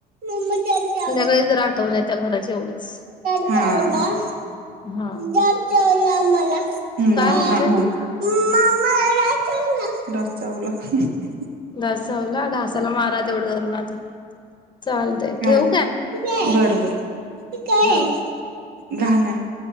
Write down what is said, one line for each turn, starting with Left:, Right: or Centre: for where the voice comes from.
Right: मम्मी दश
Left: का जर आठव नाही त्या घराचे एवढंच
Right: हा <unintelligible>
Left: हा
Right: ला आमला ममा
Left: काय म्हणते?
Right: डास चावला डास चावला.
Left: डास चावला डासाला मारा तेवढं धरून आता चालतय ठेवू
Right: काय बरोबर ही काय
Left: हा.
Right: घाण आहे.